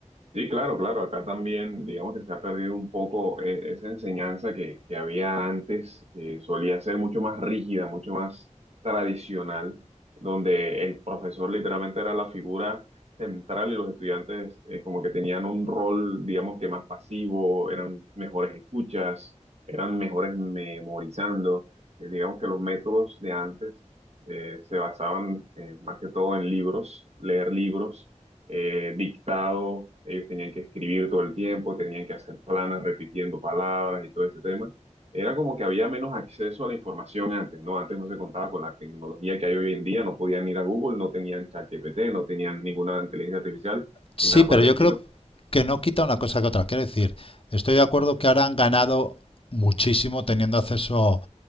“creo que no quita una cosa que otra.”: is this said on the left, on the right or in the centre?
Left